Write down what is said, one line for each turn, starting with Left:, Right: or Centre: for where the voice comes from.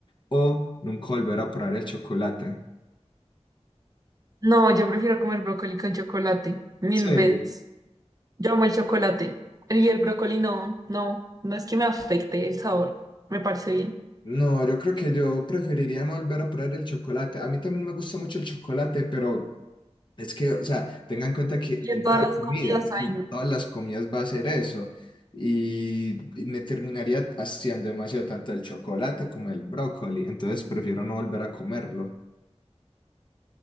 Left: o nunca volver a probar el chocolate?
Right: No, yo prefiero comer brócoli con chocolate, mil
Left: ¿Serio?
Right: veces. Yo amo el chocolate. Y el brócoli no, no, no es que me afecte el sabor. Me parece bien.
Left: No, yo creo que yo preferiría no volver a probar el chocolate. A mí también me gusta mucho el chocolate, pero Es que, o sea, tengan en cuenta que
Right: Y
Left: en
Right: en todas
Left: cada
Right: las
Left: comida,
Right: comidas,
Left: sí,
Right: ay, no.
Left: todas las comidas va a ser eso. Y, y me terminaría haciendo demasiado tanto el chocolate como el brócoli. Entonces prefiero no volver a comerlo.